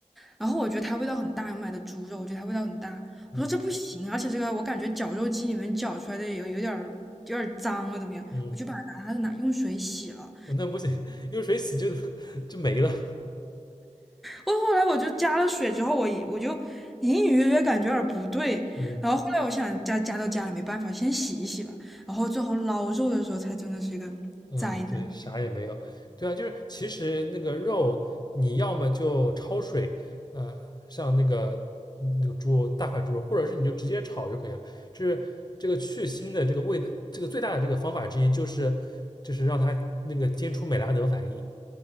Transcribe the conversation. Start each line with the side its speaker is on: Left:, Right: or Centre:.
Centre: 然后我觉得它味道很大，我买的猪肉，我觉得它味道很大。
Left: 嗯
Centre: 我说这不行，而且这个我感觉绞肉机里面绞出来的有有点儿有点儿脏了，怎么样？
Left: 嗯，
Centre: 我就把它拿拿用水洗了。
Left: 那不行，用水洗就 <laughs> 就没了。
Centre: 我后来我就加了水之后，我我就隐隐约约感觉有点不对，
Left: 嗯。
Centre: 然后后来我想加加到家里没办法，先洗一洗吧，然后最后捞肉的时候才真的是一个灾难。
Left: 嗯，对，啥也没有。对啊，就是其实那个肉，你要么就焯水，呃，像那个嗯那个猪肉大块猪肉，或者是你就直接炒就可以了。就是这个去腥的这个味的这个最大的这个方法之一，就是就是让它那个煎出美拉德反应。